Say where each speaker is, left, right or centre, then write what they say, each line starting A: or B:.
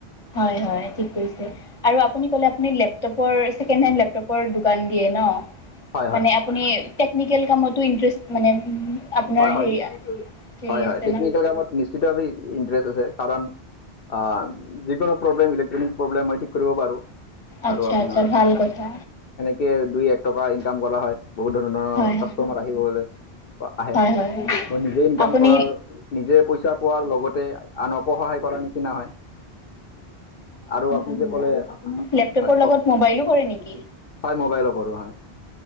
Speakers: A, on the left; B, on the left.
A: হয়, হয়, ঠিক কৰিছে। আৰু আপুনি ক'লে, আপুনি লেপটপৰ ছেকেণ্ড হেণ্ড লেপটপৰ দোকান দিয়ে নহ?
B: হয় হয়
A: মানে আপুনি টেকনিকেল কামতো ইন্টাৰেষ্ট মানে আপোনাৰ
B: হয়, হয়।
A: হেৰি হেৰি
B: হয়, হয়।
A: আছে
B: টেকনিকেল
A: ন?
B: কামত নিশ্চিতভাৱে ইণ্টাৰেষ্ট আছে, কাৰণ <unintelligible> যিকোনো প্ৰব্লেম, ইলেক্ট্ৰনিক প্ৰব্লেম মই ঠিক কৰিব পাৰোঁ।
A: আচ্ছা
B: আৰু আপনাৰ
A: আচ্ছা ভাল কথা
B: এনেকে দুই এক টকা ইনকাম কৰা হয়, বহুত ধৰণৰ ধ
A: হয়
B: কাষ্টমাৰ <unintelligible> আহে।
A: হয় হয় হয়
B: মই নিজে ইনকাম
A: আপুনি
B: কৰাৰ নিজে পইচা পোৱাৰ লগতে, আনকো সহায় কৰাৰ নিচিনা হয়। আৰু আপুনি যে ক'লে, হয়
A: লেপটপৰ লগত
B: কওঁক।
A: মোবাইলো
B: হয়,
A: কৰে নেকি?
B: মোবাইলৰ কৰো হয়।